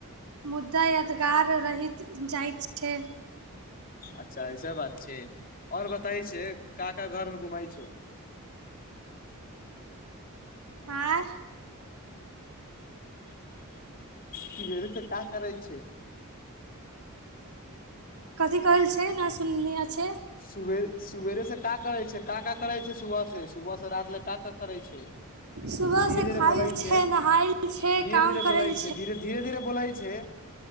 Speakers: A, on the right; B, on the left.
A: मुद्दा मददगार रहित जाइत छै
B: अच्छा ऐसे बात छै आओर बताई छै का का घरमे घुमैत छै
A: आँय
B: सवेर सँ का करैत छै
A: कथि कहल छै ना सुनलियै छै
B: सुबेरे सुबेरे से का करै छै का का करै छै सुबह से सुबह से रात लंगि का का करै छै
A: सुबह
B: धीरे
A: से
B: धीरे
A: खाइल
B: बोलाै छै
A: नहाइल छै
B: धीरे
A: काम
B: धीरे
A: करल
B: बोलै छै धीर धीरे धीरे बोलै छै